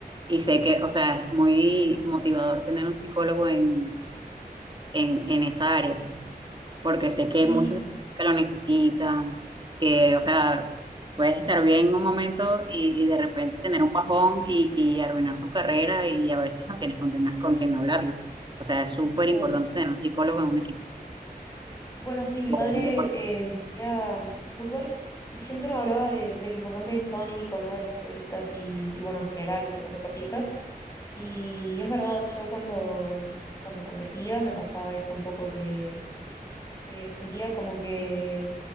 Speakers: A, on the right; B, on the left.
A: y sé que, o sea, es muy motivador tener un psicólogo en, en, en esa área, pues, porque sé
B: Sí,
A: que hay muchos que lo necesitan, que, o sea, puedes estar bien en un momento y, y de repente tener un bajón y, y arruinar tu carrera y a veces no tienes con, quién- con quién hablarlo. O sea, es súper
B: claro.
A: importante tener un psicólogo en un equipo
B: Bueno, sí, mi
A: o
B: padre
A: un deportista.
B: eh, dirigía mm, fútbol y siempre me hablaba de, de lo importante del estado anímico, ¿no? De los futbolistas y, y, bueno, en general, de los deportistas. Y es verdad, yo cuando, cuando competía me pasaba eso un poco que, que sentía como que